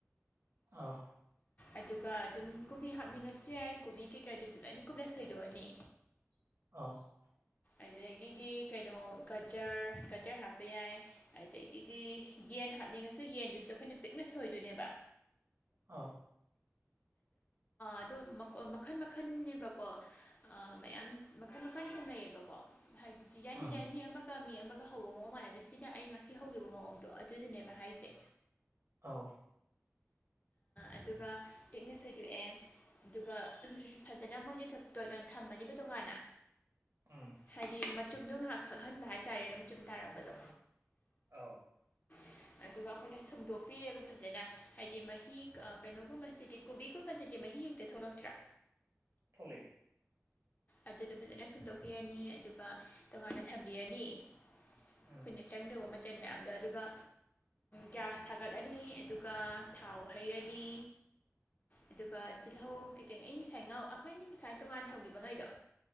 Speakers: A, on the right; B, on the left.
A: <inaudible>
B: ꯑꯗꯨꯒ ꯑꯗꯨꯝ ꯀꯣꯕꯤ ꯍꯥꯞꯅꯤꯡꯉꯁꯨ ꯌꯥꯏ ꯀꯣꯕꯤ ꯀꯩꯀꯥꯗꯨꯁꯨ ꯂꯣꯏꯅ ꯀꯨꯞꯅ ꯁꯣꯏꯗꯣꯛꯑꯅꯤ
A: <inaudible>
B: ꯑꯗꯨꯗꯒꯤꯗꯤ ꯀꯩꯅꯣ ꯒꯖꯔ ꯒꯖꯔ ꯍꯥꯞꯄ ꯌꯥꯏ ꯑꯗꯨꯗꯒꯤꯗꯤ ꯌꯦꯟ ꯍꯥꯞꯅꯤꯡꯉꯁꯨ ꯌꯦꯟꯗꯨꯁꯨ ꯑꯩꯈꯣꯏꯅ ꯄꯤꯛꯅ ꯁꯣꯏꯗꯣꯏꯅꯦꯕ
A: ꯑꯥꯎ
B: ꯑꯗꯣ ꯃꯈꯟ ꯃꯈꯟꯅꯦꯦꯕꯀꯣ ꯃꯌꯥꯝ ꯃꯈꯟ ꯃꯈꯟ ꯊꯣꯡꯅꯩꯌꯦꯕꯀꯣ ꯍꯥꯏꯗꯤ ꯗꯤꯖꯥꯏꯟ
A: ꯎꯝ
B: ꯗꯤꯖꯥꯏꯟ ꯃꯤ ꯑꯃꯒ ꯃꯤ ꯑꯃꯒ ꯍꯧꯕ ꯃꯑꯣꯡ ꯃꯥꯟꯅꯗꯦ ꯁꯤꯅ ꯑꯩ ꯉꯁꯤ ꯍꯧꯈꯤꯕ ꯃꯑꯣꯡꯗꯣ ꯑꯗꯨꯗꯨꯅꯦꯕ ꯍꯥꯏꯁꯦ
A: ꯑꯣ
B: ꯑꯗꯨꯒ ꯄꯤꯛꯅ ꯁꯣꯏꯗꯣꯛꯑꯦ ꯑꯗꯨꯒ ꯐꯖꯅ ꯃꯣꯏꯁꯦ ꯊꯝꯃꯅꯦꯕ ꯇꯣꯉꯥꯟꯅ
A: ꯎꯝ
B: ꯍꯥꯏꯗꯤ ꯃꯆꯨꯝꯗꯣ ꯉꯥꯏꯍꯥꯛ ꯈꯛꯍꯟꯕ ꯍꯥꯏꯇꯥꯔꯦꯅꯦ ꯃꯆꯨꯝ ꯇꯥꯔꯝꯕꯗꯣ
A: ꯑꯧ
B: ꯑꯗꯨ ꯑꯗꯨ ꯑꯗꯨꯒ ꯑꯩꯈꯣꯏꯅ ꯁꯨꯝꯗꯣꯛꯄꯤꯔꯦꯕ ꯐꯖꯅ ꯍꯥꯏꯗꯤ ꯃꯍꯤ ꯀꯩꯅꯣꯒꯨꯝꯕꯁꯤꯗꯤ ꯀꯣꯕꯤꯒꯨꯝꯕꯁꯤꯗꯤ ꯃꯍꯤ ꯑꯃ ꯊꯣꯛꯂꯛꯇ꯭ꯔꯥ
A: ꯊꯣꯛꯂꯛꯑ
B: ꯑꯗꯨꯗꯣ ꯐꯖꯅ ꯁꯨꯝꯗꯣꯛꯄꯤꯔꯅꯤ ꯑꯗꯨꯒ ꯇꯣꯉꯥꯟꯅ ꯊꯝꯕꯤꯔꯅꯤ ꯑꯩꯈꯣꯏꯅ
A: ꯎꯝ
B: ꯆꯪꯗꯕ ꯃꯆꯜ ꯃꯌꯥꯝꯗꯣ ꯑꯗꯨꯒ ꯒ꯭ꯌꯥꯁ ꯊꯥꯒꯠꯂꯅꯤ ꯑꯗꯨꯒ ꯊꯥꯎ ꯍꯩꯔꯅꯤ ꯑꯗꯨꯒ ꯇꯤꯜꯍꯧ ꯀꯩꯀꯩ ꯑꯩ ꯉꯁꯥꯏ ꯉꯥꯎ ꯑꯩꯈꯣꯏ ꯉꯥꯁꯥꯏ ꯉꯁꯥꯏ ꯇꯣꯉꯥꯟꯅ ꯊꯝꯈꯤꯕ ꯈꯩꯗꯣ